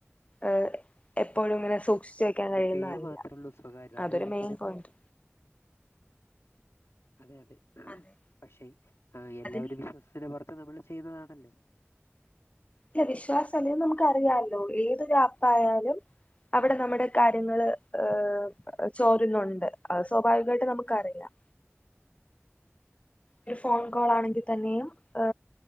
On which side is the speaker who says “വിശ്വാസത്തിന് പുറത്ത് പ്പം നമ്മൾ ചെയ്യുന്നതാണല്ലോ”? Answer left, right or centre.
Left